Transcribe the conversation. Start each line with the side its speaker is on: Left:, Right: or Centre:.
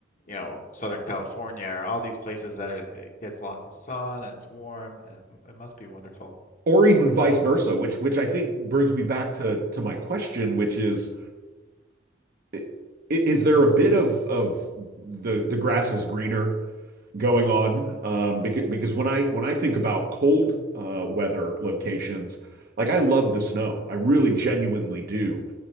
Left: you know, Southern California or all these places that are, it gets lots of sun and it's warm. And it, it must be wonderful.
Right: Or even vice versa, which which I think brings me back
Left: Mm.
Right: to to my question, which is i- is there a bit of of the the grass is greener going
Left: Mm,
Right: on um, because because when I when I think about cold uh, weather locations, like I love the snow. I really genuinely do.